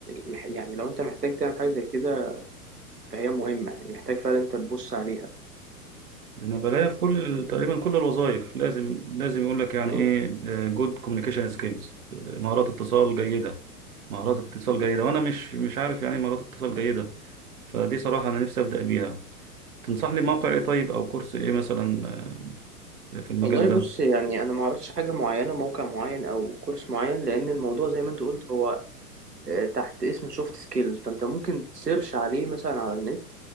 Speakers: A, on the right; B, on the right.
A: مح- يعني لو انت محتاج تعمل حاجة زي كده فهي مهمة يعني محتاج فعلا انت تبص عليها
B: ده أنا بلاقيها في كل تقريبا كل الوظائف لازم لازم يقول لك يعني
A: مم.
B: إيه جود كوميونيكيشن سكيلز مهارات اتصال جيدة مهارات اتصال جيدة وأنا مش مش عارف يعني إيه مهارات اتصال جيدة فدي صراحة أنا نفسي أبدأ بيها تنصحني بموقع إيه طيب أو كورس إيه مثلا آه، في المجال
A: والله
B: ده
A: بص يعني انا ما اعرفش حاجة معينة موقع معين او كورس معين لان الموضوع زي ما انت قلت هو آه، تحت اسم سوفت سكيلز فانت ممكن تسيرش عليه مثلا على النت